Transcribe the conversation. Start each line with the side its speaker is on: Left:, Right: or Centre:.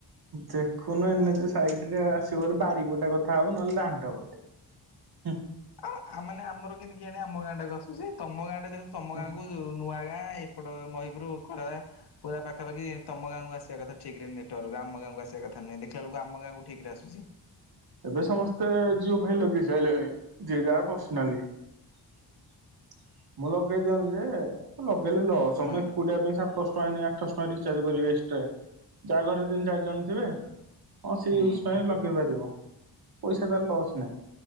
Right: ଦେଖୁନୁ ଏନ ଏଚ ସାଇଡ ରେ ଆସିବ ହେଲେ ବାରିପଟେ କଥା ହବୁ ନହେଲେ ଦାଣ୍ଡପଟେ ।
Left: ଆଉ ମାନେ ଆମର କି କିମିତି କେଇଜାଣି ଆମ ଗାଁଟାକୁ ଆସୁଚି। ତମ ଗାଁଟା ଯ ଯଦି ତମ
Right: ହୁଁ
Left: ଗାଁକୁ ଯୋଉ ନୂଆ ଗାଁ ଏପଟ ମହିପୁର କଡମା ପୁରା ପାଖାପାଖି ତମ ଗାଁକୁ ଆସିବା କଥା ଠିକରେ ନେଟ ଆମ ଗାଁକୁ ଆସିବା କଥା ନୁଏ ଦେଖି କେତେବେଳକୁ ଆମ ଗାଁକୁ ଠିକ ରେ ଆସୁଛି।
Right: ଏବେ ସମସ୍ତେ ଜିଓ ଫାଇଲ ଲଗେଇ ସାରିଲେଣି। ଯିଏ ଯାହାର ପର୍ସନାଲି। <inaudible> ମୁଁ ଲଗେ ଲଗେଇ ଦିଅନ୍ତି ଯେ, ଲଗେଇଲେ ଲସ
Left: ହଁ
Right: ମୁଁ ଏକୁଟିଆ ପାଇଁ ସାତଶ ଟଙ୍କା ଏଇନିକା ଆଠସ ଟଙ୍କା ରିଚାର୍ଜ କରିବି ଏସଟ୍ରା। ଯା ଘରେ ତିନି ଚାରି ଜଣ ଥିବେ ହଁ ସେ
Left: ହୁଁ
Right: ୟୁଜ୍ ପାଇଁ ଲଗେଇ ପାରିବ। ପଇସା ତାର ଲସ୍ ନାହିଁ।